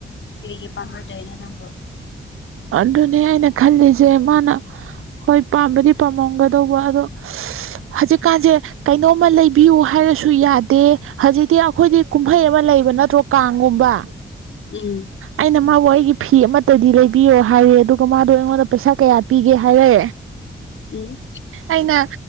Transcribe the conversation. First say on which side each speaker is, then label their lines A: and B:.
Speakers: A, on the left; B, on the right.
A: ꯀꯔꯤꯒꯤ ꯄꯥꯝꯔꯣꯏꯗꯣꯏꯅꯣ ꯅꯪꯕꯨ?
B: ꯑꯗꯨꯅꯦ ꯑꯩꯅ ꯈꯜꯂꯤꯁꯦ ꯃꯥꯅ ꯍꯣꯏ ꯄꯥꯝꯕꯗꯤ ꯄꯥꯝꯃꯝꯒꯗꯧꯕ ꯑꯗꯣ ꯍꯧꯖꯤꯛꯀꯥꯟꯁꯦ ꯀꯩꯅꯣꯝꯃ ꯂꯩꯕꯤꯌꯨ ꯍꯥꯏꯔꯁꯨ ꯌꯥꯗꯦ ꯍꯧꯖꯤꯛꯇꯤ ꯑꯩꯈꯣꯏꯗꯤ ꯀꯨꯝꯍꯩ ꯑꯃ ꯂꯩꯕ ꯅꯠꯇ꯭ꯔꯣ ꯀꯥꯡꯒꯨꯝꯕ
A: ꯎꯝ
B: ꯑꯩꯅ ꯃꯥꯕꯨ ꯑꯩꯒꯤ ꯐꯤ ꯑꯃꯠꯇꯗꯤ ꯂꯩꯕꯤꯌꯣ ꯍꯥꯏꯔꯦ ꯑꯗꯨꯒ ꯃꯥꯗꯣ ꯑꯩꯉꯣꯟꯗ ꯄꯩꯁꯥ ꯀꯌꯥ ꯄꯤꯒꯦ ꯐꯔꯦ
A: ꯎꯝ
B: ꯑꯩꯅ